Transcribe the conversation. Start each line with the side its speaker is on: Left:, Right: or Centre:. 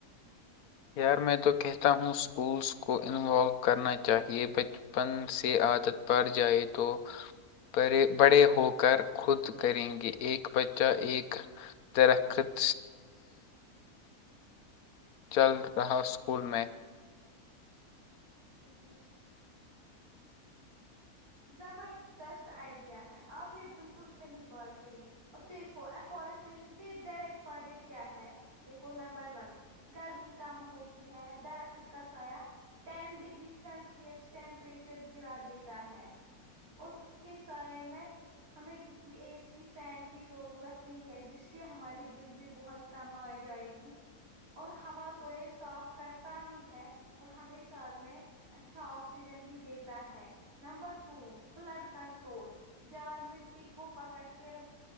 Left: یار میں تو کہتا ہوں اسکولس کو انوالو کرنا چاہیے بچ پن سے عادت پڑ جائے تو بڑے بڑے ہو کر خود کریں گے ایک بچہ ایک درخت چل رہا اسکول میں
Right: سک <unintelligible> زبردست آئیڈیا ہے آپ نے بالکل صحیح بات کہی اور دیکھو افارسٹشن کے ڈائریکٹ فائدے کیا ہے دیکھو نمبر ون گرمی کم ہوتی ہے درخت کا سایہ ٹین ڈگری سیلسیس ٹیمپریچر گرا دیتا ہے اور اس کے سائے میں ہمیں ک کسی اے سی فین کی ضرورت نہیں ہے جس سے ہماری بل بھی بہت کم آ جائے گی اور ہوا تو یہ صاف کرتا ہی ہے اور ہمیش میں اچھا آکسیجن بھی دیتا ہے نمبر ٹو فلڈ کنٹرول جار مٹی کو پکڑ کے رکھ